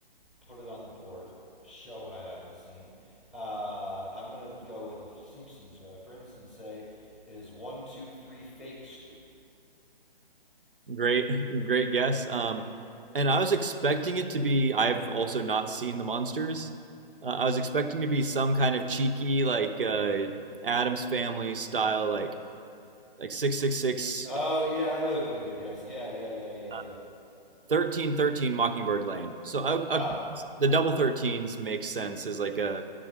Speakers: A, in the centre; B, on the right (about 65°).
A: put it on the board. Show I haven't seen. Uh, I'm going to go with a Simpsons reference and say it is 123 Fake Street.
B: Great, <laughs> great guess. Um, and I was expecting it to be, I've also not seen The Monsters. Uh, I was expecting to be some kind of cheeky, like uh, Adam's Family style, like like 666,
A: Oh, yeah, that would have been a good guess. Yeah, yeah, yeah, yeah,
B: uh,
A: yeah.
B: 1313 Mockingbird Lane. So I,
A: Oh.
B: I, the double 13s makes sense as like a